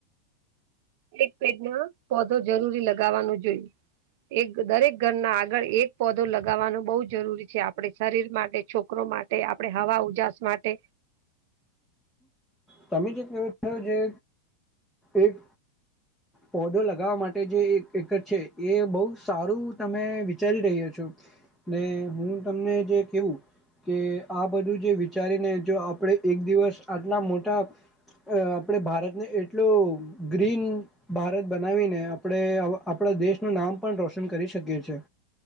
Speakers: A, on the right; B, in the centre.
A: એક પેડમાં પોંધો જરૂરી લગાવવાનો જોઈએ. એક દરેક ઘરના આગળ એક પોંધો લગાવવાનું બહુ જરૂરી છે આપડે શરીર માટે છોકરો માટે એ આપણે હવા-ઉજાસ માટે
B: તમે જે કેવો છે જે એક પોંધો લગાવવા માટે જે એક એક છે એ બહુ સારું તમે વિચારી રહ્યા છો. ને હું તમને જે કેવું કે આ બધું જે વિચારીને જો આપણે એક દિવસ આટલા મોટા અ આપણે ભારતને એટલો ગ્રીન‌ ભારત બનાવીને આપણે આ આપણા દેશનું નામ પણ રોશન કરી શકીએ છીએ.